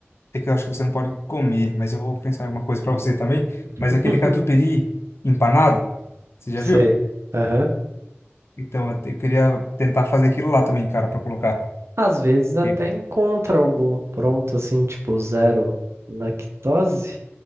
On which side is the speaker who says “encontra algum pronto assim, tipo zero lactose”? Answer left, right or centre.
Right